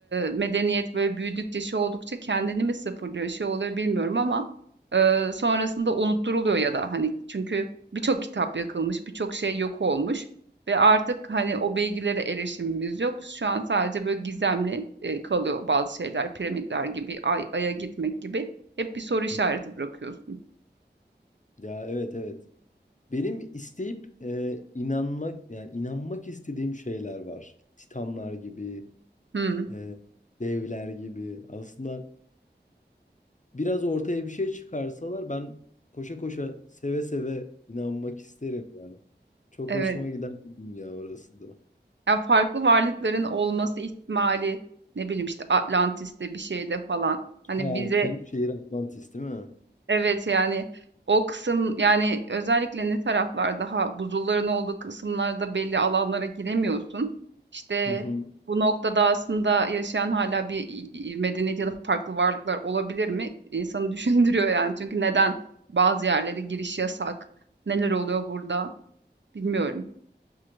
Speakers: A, on the right; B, on the left.
A: medeniyet böyle büyüdükçe şey oldukça kendini mi sıfırlıyor şey oluyor bilmiyorum ama e, sonrasında unutturuluyor ya da hani çünkü birçok kitap yakılmış birçok şey yok olmuş ve artık hani o bilgilere erişimimiz yok. Şu an sadece böyle gizemli e, kalıyor bazı şeyler piramitler gibi ay, aya gitmek gibi hep bir soru işareti
B: hı.
A: bırakıyorsun.
B: Ya evet evet. Benim isteyip e, inanmak yani inanmak istediğim şeyler var. Titanlar gibi,
A: Hmm,
B: e, devler gibi. Aslında biraz ortaya bir şey çıkarsalar ben koşa koşa seve seve inanmak isterim yani. Çok
A: evet.
B: hoşuma giden bir dünya orası da.
A: Ya, farklı varlıkların olması ihtimali, ne bileyim, işte, Atlantis'te bir şeyde falan, hani,
B: Aa,
A: bize
B: kıyı şehir Atlantis değil mi?
A: Evet, yani, o kısım, yani, özellikle ne taraflar daha buzulların olduğu kısımlarda belli alanlara giremiyorsun. İşte,
B: Hı hı.
A: bu noktada aslında yaşayan hala bir, iii, iii, medeniyet ya da farklı varlıklar olabilir mi? İnsanı <laughs> düşündürüyor, yani. Çünkü neden bazı yerlere giriş yasak? Neler oluyor burada? Bilmiyorum.